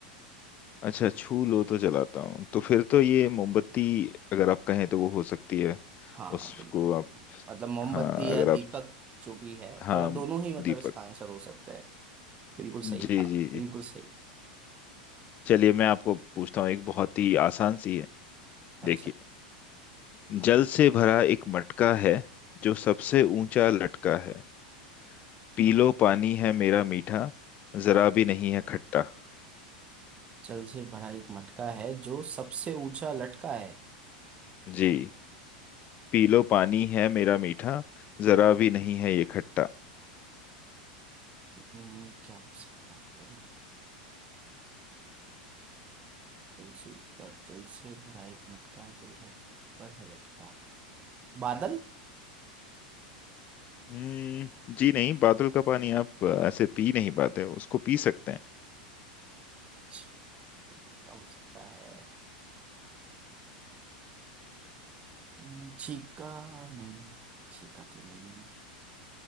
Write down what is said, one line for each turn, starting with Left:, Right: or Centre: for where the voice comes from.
Left: अच्छा छू लो तो जलाता हूँ तो फिर तो ये मोमबत्ती अगर आप कहें तो वो हो सकती है
Right: हाँ
Left: उसको
Right: बिल्कुल
Left: आप
Right: मतलब मोमबत्ती
Left: हाँ अगर
Right: या दीपक
Left: आप
Right: जो भी है
Left: हाँ
Right: मतलब दोनों ही मतलब
Left: दीपक
Right: इसका आंसर हो सकता है बिल्कुल
Left: जी
Right: सही कहा
Left: जी जी
Right: बिल्कुल सही
Left: चलिए मैं आपको पूछता हूँ एक बहुत ही आसान सी है देखिए
Right: अच्छा
Left: जल से भरा एक मटका है जो सबसे ऊंचा लटका है पी लो पानी है मेरा मीठा जरा भी नहीं है खट्टा
Right: जल से भरा एक मटका है जो सबसे ऊंचा लटका है
Left: जी पी लो पानी है मेरा मीठा जरा भी नहीं है ये खट्टा
Right: हम्म, क्या हो सकता है जल से ऊपर जल से भरा एक मटका जो लट ऊपर है लटका बादल
Left: हम्म जी नहीं बादल का पानी आप अ, ऐसे पी नहीं पाते उसको पी सकते हैं
Right: छ, क्या हो सकता है हम्म, छीका नहीं छीका तो नहीं